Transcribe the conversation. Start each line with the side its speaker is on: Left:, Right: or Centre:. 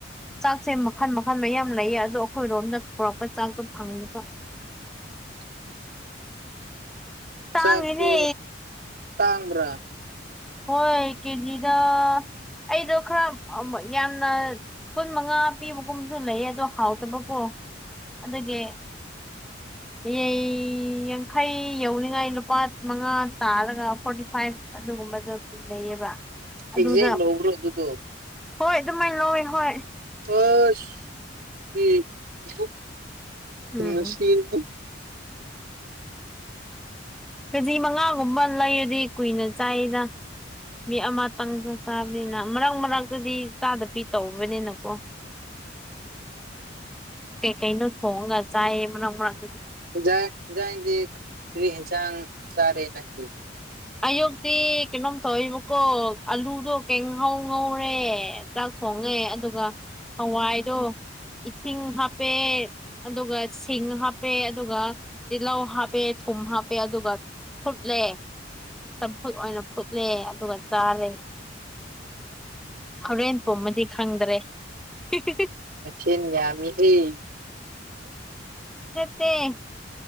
Centre: ꯆꯥꯛꯁꯦ ꯃꯈꯜ ꯃꯈꯜ ꯃꯌꯥꯝ ꯂꯩꯌꯦ ꯑꯗꯣ ꯑꯈꯣꯏꯔꯣꯝꯗ ꯄꯨꯔꯛꯄ ꯆꯥꯛꯇꯣ ꯐꯪꯗꯕ
Right: <inaudible>
Centre: ꯇꯥꯡꯉꯦꯅꯦ
Right: ꯆꯥꯛꯇꯣ ꯇꯥꯡꯕ꯭ꯔꯥ
Centre: ꯍꯣꯏ ꯀꯦꯖꯤꯗ ꯑꯩꯗꯣ ꯈꯔ ꯑ ꯌꯥꯝꯅ ꯀꯨꯟ ꯃꯉꯥ ꯄꯤꯕꯒꯨꯝꯁꯨ ꯂꯩꯌꯦ ꯑꯗꯣ ꯍꯥꯎꯇꯕꯀꯣ ꯑꯗꯒꯤ
Right: <inaudible>
Centre: ꯌꯩ ꯌꯥꯡꯈꯩ ꯌꯧꯅꯤꯡꯉꯥꯏ ꯂꯨꯄꯥ ꯃꯉꯥ ꯇꯥꯔꯒ ꯐꯣꯔꯇꯤ ꯐꯥꯏꯚ ꯑꯗꯨꯒꯨꯝꯕꯗꯣ ꯂꯩꯌꯦꯕ ꯑꯗꯨꯗ
Right: ꯑꯦꯛꯖꯦꯛ ꯂꯧꯕ꯭ꯔꯣ ꯑꯗꯨꯗꯣ
Centre: ꯍꯣꯏ ꯑꯗꯨꯃꯥꯏꯅ ꯂꯧꯋꯦ ꯍꯣꯏ
Right: ꯑꯁ ꯁꯤ <unintelligible>
Centre: ꯎꯝ ꯀꯦꯖꯤ ꯃꯉꯥꯒꯨꯝꯕ ꯂꯩꯔꯗꯤ ꯀꯨꯏꯅ ꯆꯥꯏꯗ ꯃꯤ ꯑꯃꯇꯪꯗ ꯆꯥꯕꯅꯤꯅ ꯃꯔꯛ ꯃꯔꯛꯇꯗꯤ ꯆꯥꯗ ꯄꯤ ꯇꯧꯕꯅꯤꯅꯀꯣ
Right: <inaudible>
Centre: ꯀꯩ ꯀꯩꯅꯣ ꯊꯣꯡꯉꯒ ꯆꯥꯏꯌꯦ ꯃꯔꯛ ꯃꯔꯛ
Right: ꯑꯦꯟꯖꯥꯡ ꯍꯦꯟꯖꯥꯡꯗꯤ ꯀꯔꯤ ꯍꯦꯟꯁꯥꯡ ꯆꯥꯔꯦ ꯅꯪꯗꯤ
Centre: ꯑꯌꯨꯛꯇꯤ ꯀꯩꯅꯣꯝ ꯇꯧꯋꯦꯕꯀꯣ ꯑꯂꯨꯗꯣ ꯀꯦꯉꯧ ꯉꯧꯔꯦ ꯆꯥꯛ ꯊꯣꯡꯉꯦ ꯑꯗꯨꯒ ꯍꯋꯥꯏꯗꯣ ꯏꯁꯤꯡ ꯍꯥꯞꯄꯦ ꯑꯗꯨꯒ ꯁꯤꯡ ꯍꯥꯞꯄꯦ ꯑꯗꯨꯒ ꯇꯤꯜꯍꯧ ꯍꯥꯞꯄꯦ ꯊꯨꯝ ꯍꯥꯞꯄꯦ ꯑꯗꯨꯒ ꯐꯨꯠꯂꯦ ꯆꯝꯐꯨꯠ ꯑꯣꯏꯅ ꯐꯨꯠꯂꯦ ꯑꯗꯨꯒ ꯆꯥꯔꯦ ꯍꯣꯔꯦꯟ ꯄꯨꯝꯃꯗꯤ ꯈꯪꯗ꯭ꯔꯦ ꯍꯤꯍꯤ
Right: ꯃꯊꯦꯟ ꯌꯥꯝꯃꯤꯍꯦ ꯑꯦꯍꯦ
Centre: ꯇꯦ